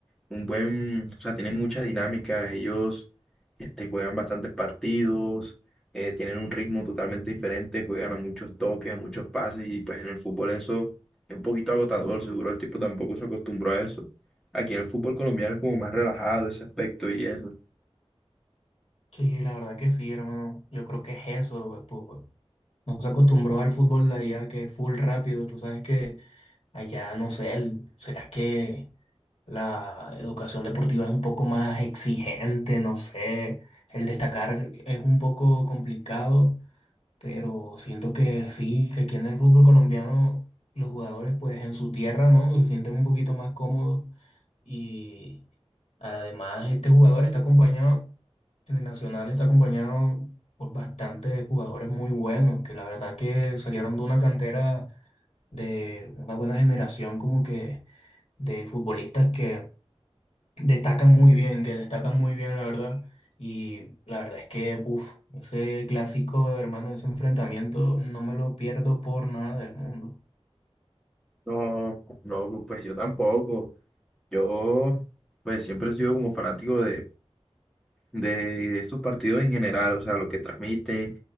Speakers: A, in the centre; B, on the left.
A: un buen, o sea, tienen mucha dinámica, ellos este, juegan bastantes partidos, eh, tienen un ritmo totalmente diferente, juegan a muchos toques, a muchos pases y pues en el fútbol eso es un poquito agotador, seguro el tipo tampoco se acostumbró a eso. Aquí en el fútbol colombiano es como más relajado ese aspecto y eso.
B: Sí, la verdad que sí, hermano. Yo creo que es eso, güey, po- po. No se acostumbró al fútbol de allá, que es full rápido. Tú sabes que allá, no sé, el- será que la educación deportiva es un poco más exigente, no sé. El destacar es un poco complicado. pero siento que sí, que aquí en el fútbol colombiano los jugadores pues en su tierra, ¿no? Se sienten un poquito más cómodos y además este jugador está acompañado, en el Nacional está acompañado por bastantes jugadores muy buenos, que la verdad que salieron de una cantera de una buena generación como que de futbolistas que Destacan muy bien, que destacan muy bien, la verdad. Y la verdad es que, uff, ese clásico, hermano, ese enfrentamiento, no me lo pierdo por nada del mundo.
A: No, no, pues yo tampoco. Yo pues siempre he sido como fanático de, de estos partidos en general, o sea, lo que transmiten,